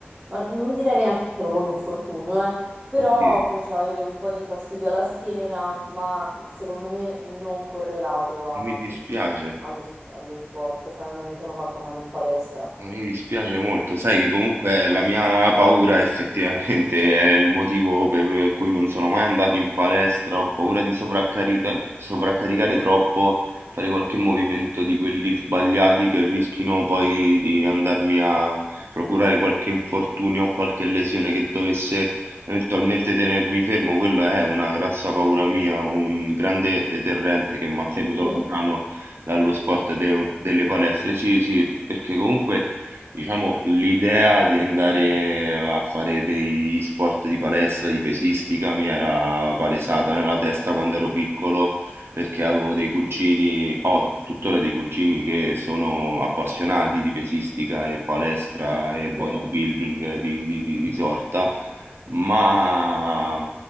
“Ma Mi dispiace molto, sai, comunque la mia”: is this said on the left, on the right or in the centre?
Right